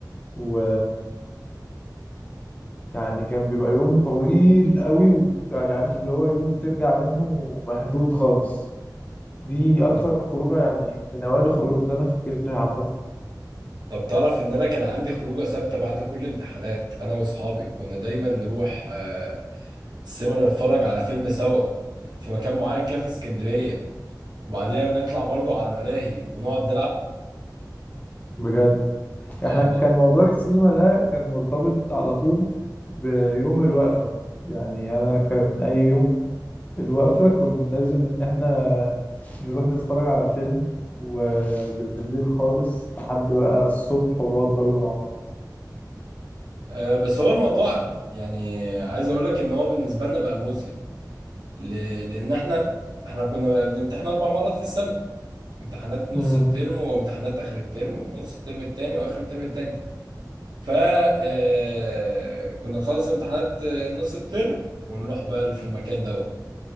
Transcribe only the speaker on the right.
طب
طب تعرف ان انا كان عندي خروجه ثابته بعد كل امتحانات انا واصحابي كنا دايما نروح أه السينما نتفرج على فيلم سوا في مكان معين كده في اسكندريه وبعدين نطلع برضو على ملاهي ونقعد نلعب
اه
والله
أه بس هو الموضوع يعني عايز اقول لك ان هو بالنسبه لنا بقى مزهق ل- لان احنا احنا كنا بنمتحن اربع مرات في السنه امتحانات نص
الترم وامتحانات اخر الترم نص الترم التاني واخر الترم التاني ف آه، كنا نخلص امتحانات آه، نص الترم ونروح بقى في المكان ده